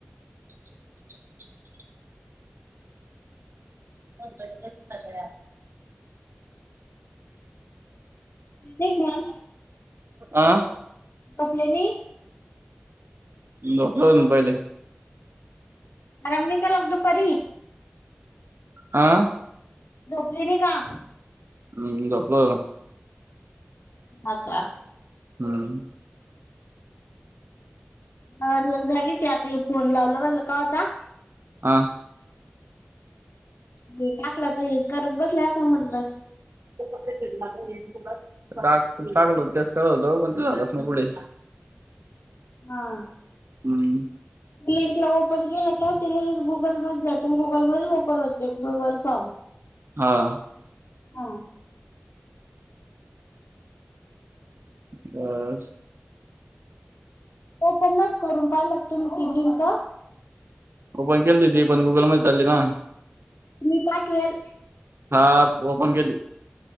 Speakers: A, on the right; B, on the left.
A: - <inaudible> फोन कट <unintelligible> सगळ्या
B: ठीक मग
A: आ
B: झोपले नाही.
A: झोपलो होतो पहिले.
B: आराम नाय केला का दुपारी?
A: हां
B: झोपली नाही का?
A: हम्म झोपलो.
B: हां का?
A: हम्म
B: मला वाटलं जागीचय आता ह्यो फोन लावला म्हणल कवाचा.
A: हां
B: हे टाकला तर हेच करत बसले असल म्हनलं.
A: टाक तू टाकल होत तेच टाकल पण ढळनाच ना पुढे.
B: हां
A: हम्म
B: लिंकला ओपन केलं का ते लगेच गुगल मध्ये जात गुगल मध्येच ओपन होतेते गुगल फॉर्म
A: हा
B: हा
A: बस
B: ओपन नवती करून पाहिल का तुम्ही ती लिंक
A: ओपन केलती ती पण गुगल मध्ये चालली ना.
B: मी पाठवेल.
A: हा ओपन केली.